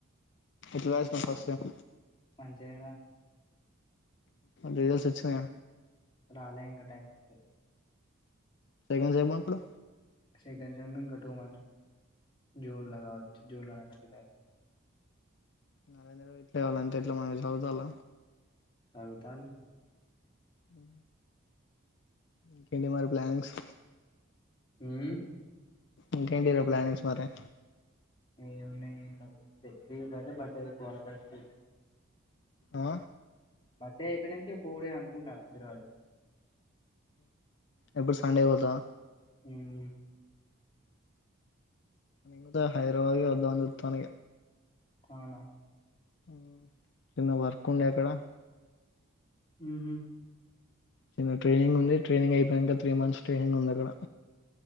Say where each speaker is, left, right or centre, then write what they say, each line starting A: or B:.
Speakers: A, on the left; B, on the left.
A: ఎట్లా రాసినావ్ ఫస్ట్ సెమ్
B: మంచిగా
A: రిజల్ట్స్ వచ్చినాయా
B: రాలె ఇంకా టైం పడతది.
A: సెకండ్ సెమ్ ఎప్పుడు
B: సెకండ్ సెమ్ ఇంకా టూ మంత్స్. జూన్ లా కావచ్చు. జూన్ లోన జూలై లోనే
A: నరేంద్రబ ఎట్లా కావాలంటే ఎట్లా మన చదువుతాల
B: అవు తన్
A: హు ఇంకేంటి మరి ప్లానింగ్స్
B: హ్మ్ ఉ
A: ఇంకేటిర ప్లానింగ్స్ మరి
B: ఏ ఉన్నాయి అంతే రేపు అయితే బట్టలు ఉతుక్కోవాలా ఫస్ట్
A: ఆ
B: బర్త్డే అయిపోయినాంకే పోవుడే అనుకుంటా ఈరో జు
A: ఎప్పుడు సండే పోతావా
B: హుమ్
A: నేను కూడా హైదరాబాద్ కే వద్దామని చుతన.
B: అవునా
A: హ్మ్ చిన్న వర్క్ ఉండే అక్కడ
B: హుహు
A: చిన్న ట్రైనింగ్ ఉంది. ట్రైనింగ్ అయిపోయినంక, త్రీ మంత్స్ ట్రైనింగ్ ఉంది అక్కడ.